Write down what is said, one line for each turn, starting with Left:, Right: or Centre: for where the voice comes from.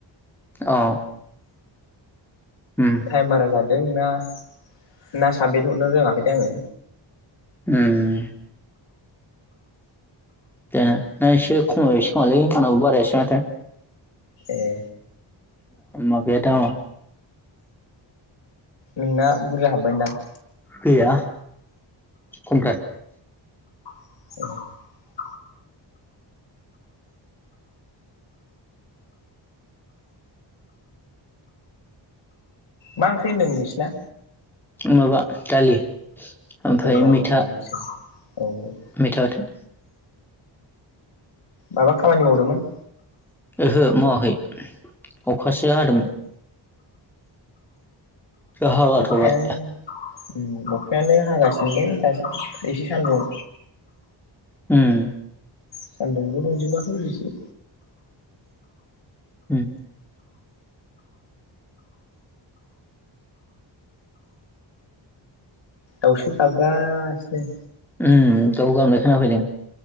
Centre: अ। उम
Left: थाइम बारा जा दों ना साबमिद हरनो रोंङाखैथाय आङो।
Centre: उम। दा ना एसे खमाय एसे खोमालै आं नाबो बारायासै माथो।
Left: ए।
Centre: मा बे दामा
Left: नोंना बुरजा हाबबायनो दां।
Centre: गैया खमथार।
Left: <inaudible> मा ओंख्रि होनदोंमोन नोंसिना?
Centre: माबा दालि। ओमफ्राय
Left: औ जाजोबबावदोंसो
Centre: मैथा
Left: औ
Centre: मैथा बाथोन।
Left: माबा खामानि मावदोमोन।
Centre: ओहो मावाखै। अखासो हादोंमोन। दा हागाथ'बाय।
Left: अखाया <inaudible> अखायानो हागासिनो दा एसे सान्दुं
Centre: उम।
Left: सान्दुंबो दुंजोबाखै एसे
Centre: उम।
Left: दावसो गाबगासिनो।
Centre: ओम दाव गाबनाय खोनाफायदों।